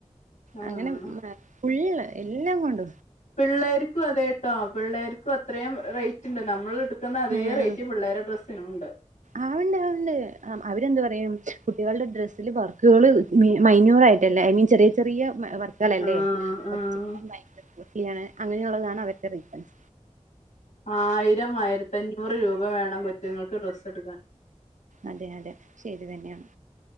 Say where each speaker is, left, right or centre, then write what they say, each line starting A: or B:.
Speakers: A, on the left (about 75°); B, on the right (about 75°).
A: ആഹ്
B: അങ്ങനെ ഫള്ള് എല്ലാം കൊണ്ട
A: പിള്ളേർക്കും അത ട്ടോ പിള്ളേർക്കും അത്രയും റേറ്റ് ഉണ്ട് നമ്മൾ എടു ക്കുന്നഅതേ
B: ഉം
A: റേറ്റ് പിള്ളേരെ ഡ്രസ്സിനും ഉണ്ട്
B: ആവണ്ട് ആ വ്ണ്ട് അവരെന്ത് പറയും കുട്ടികളുടെ ഡ്രസ്സിൽ വർക്കുകൾ മൈനയൂർ ആയിട്ടല്ലേ ഐ ന് ഈചെറിയ ചെറിയ വർക്കൾല്ലേയ
A: ആഹ്
B: <unintelligible>
A: ആഹ്
B: അങ്ങനെയുള്ളതാണ് അവരുടെ റീസൺസ്
A: ആയിരം ആയിരത്തി അഞ്ഞൂറ് രൂപ വേണം കൊച്ചുങ്ങൾക്ക് ഡ്രസ്സ് എടുക്കാൻ
B: അതെ അതെ ശരി തന്നെയാണ്